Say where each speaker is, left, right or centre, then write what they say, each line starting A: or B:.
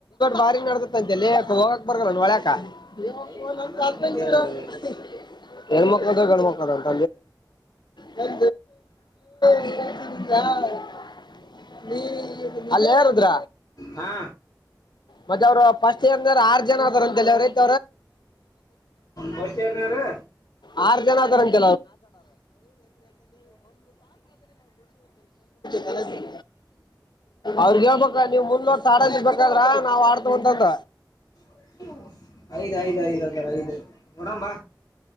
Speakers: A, on the left (about 75°); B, on the left (about 55°).
A: ಬಾರಿ ನಡತತ್ತ ಅಂತೆೇಳ ಯಾ ಹೋಗಕ್ ಬರೋಲ್ಲಣ ಹೊಳ್ಯಾಕ <unintelligible>
B: ಏ ನಮ್ದ ನಮಗ್ ತೇರ ಹೇಳ್ಬೇಕು.
A: ಹೆಣ್ಮಕ್ಳ ಗಣ ಮಕ್ಳ <inaudible> ಟಳ <unintelligible> ಅಲ್ಲ ಯಾರದ್ರ
B: ಹಾ
A: ಮತ್ತ ಅವರು ಫಸ್ಟ್ ಏಂದ್ರ ಆರ್ ಜನ ಅದಾರ ಅಂತ ಅವತ
B: ಫಸ್ಟ್ ಇಯರ್ನವ್ರು
A: ಅವ್ರ <inaudible> ಜನಾದರ <inaudible> <unintelligible> ಕೆಲದು <inaudible> ಅವ್ರಗ್ ಹೇಳ್ಬ ನೀವು ಮುಂದರ್ ತಾಡ ಬರ್ಕ್ರ ನಾವ್ ಆಡ್ತ ಉಂತಂತ
B: <inaudible> ಅಯ ಐದ್ಐದತರ ಐದು ಹಡಂಬ